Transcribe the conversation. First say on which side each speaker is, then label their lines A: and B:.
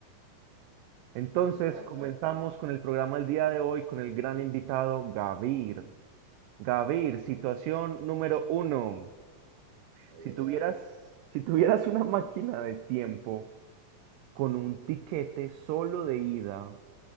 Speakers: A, on the right (about 80°); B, on the right (about 55°).
A: Entonces,
B: Vale,
A: comenzamos
B: vale.
A: con el programa del día de hoy con el gran invitado Gavir. Gavir, situación número uno.
B: Ay,
A: Si
B: ay,
A: tuvieras,
B: ay.
A: si tuvieras una máquina de tiempo con un tiquete solo de ida